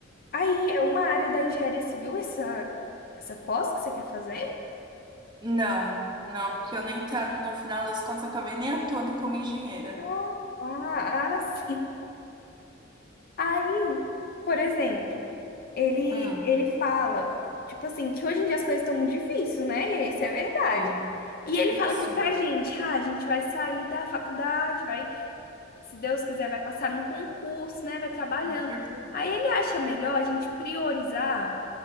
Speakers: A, on the left; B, on the right.
A: Aí, é uma área da engenharia civil essa essa pós que você quer fazer?
B: Não, não, porque eu nem tá, no final das contas, acabei nem atuando como engenheira.
A: Ah, ah, ah, sim. Aí, por exemplo, ele
B: Hum,
A: ele fala, tipo assim, que hoje em dia as coisas estão muito difíceis, né? Isso é verdade.
B: sim,
A: E ele fala
B: isso,
A: que pra gente, ah, a gente vai sair da faculdade, vai se Deus quiser, vai passar num concurso, né? Vai trabalhando.
B: com certeza.
A: Aí ele acha melhor a gente priorizar